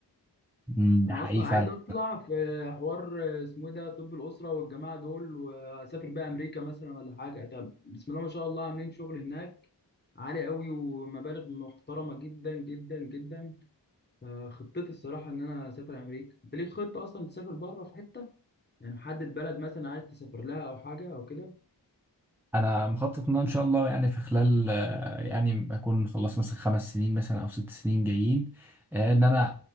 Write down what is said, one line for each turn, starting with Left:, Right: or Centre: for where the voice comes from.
Centre: مم،
Left: أنا
Centre: ده حقيقي
Left: أصلا
Centre: فعلا
Left: عايز أطلع في حوار اسمه إيه ده طب الأسرة والجماعة دول وأسافر بقى أمريكا مثلا ولا حاجة طب بسم الله ما شاء الله عاملين شغل هناك عالي قوي ومبالغ محترمة جدا جدا جدا فخطتي الصراحة إن أنا أسافر أمريكا أنت ليك خطة أصلا تسافر بره في حتة يعني محدد بلد مثلا عايز تسافر لها أو حاجة أو كده
Centre: انا مخطط ان أنا ان شاء الله يعني في خلال آه، يعني اكون خلصت مثلا خمس سنين مثلا او ست سنين جايين آه، ان انا